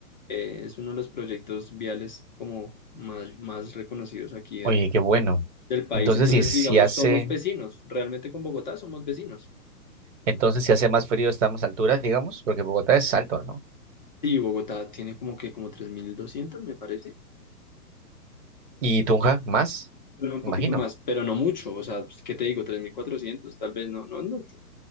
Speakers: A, on the left; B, on the right.
A: eh, es uno de los proyectos viales como más, más reconocidos aquí del,
B: Oye, qué bueno.
A: del país,
B: Entonces,
A: entonces
B: si, si
A: digamos,
B: hace,
A: somos vecinos, realmente con Bogotá somos vecinos.
B: entonces, si hace más frío, estamos a altura, digamos, porque Bogotá es alto, ¿no?
A: Sí, Bogotá tiene como que como 3.200, me parece,
B: ¿Y Tunja más?
A: pero un
B: Imagino.
A: poquito más, pero no mucho, o sea, pues, ¿qué te digo? 3.400, tal vez no, no es mucho,